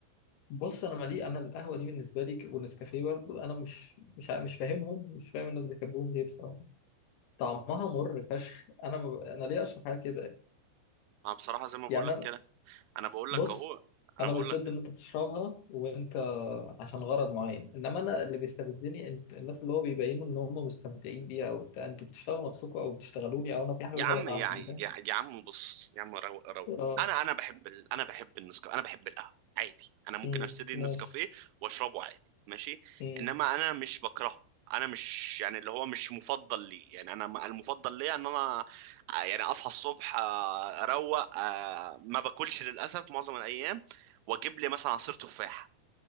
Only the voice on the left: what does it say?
بص انا مالي انا القهوه دي بالنسبه لي ك- والنسكافيه برضو انا مش مش ع- مش فاهمهم مش فاهم الناس بيحبوهم ليه بصراحه طعمها مر فشخ انا ما ب- انا ليه اشرب حاجه كده
يعني
انا
بص
انا
مش
ضد ان انت تشربها وانت عشان غرض معين انما انا اللي بيستفزني إن- الناس اللي هو بيبينوا ان هم مستمتعين بيها او بتاع انتوا بتشتغلوا نفسكم او بتشتغلوني او انا في حاجه
غلط
عندي
فاهم
اه
امم
ماشي
امم